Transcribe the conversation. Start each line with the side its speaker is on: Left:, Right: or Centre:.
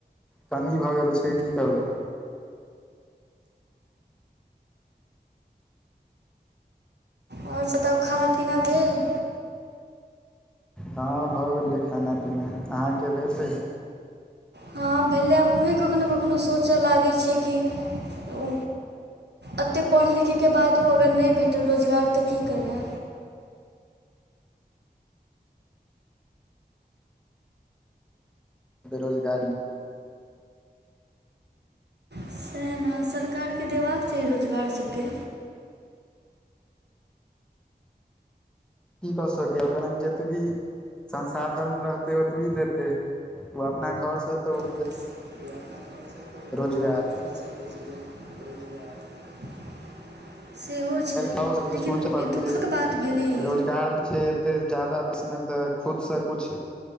Centre: कमी भऽ गेल छैय की कहू।
Right: आओर बताउ खाना पीना भेल।
Centre: हँ भऽ गेलै खाना पीना, अहाँके भेलै।
Right: हँ भेलै। हम उएह कखनहु कखनहु सोचय लागै छीयै कि ओ एते पढ़ै लिखैके बादो अगर नहि भेटल रोजगार तऽ की करबै।
Centre: बेरोजगारी
Right: सह ने सरकारके देबाक चाही रोजगार सभके।
Centre: की कऽ सकै ओ कनेक जेतबी संसाधन रहतै ओतबी देतै। ओ अपना घरसँ तऽ ओ
Right: त अपना घरसँ त
Centre: रोजगार
Right: बिहारके द नहि सकै छैय। <inaudible> सेहो छै
Centre: काल्हि सबके
Right: लेकिन
Centre: सोचऽ
Right: ई
Centre: पड़तै
Right: दुःखक बात भेलै ई।
Centre: रोजगार नहि छै एते जादा देशमे तऽ खुदसँ किछु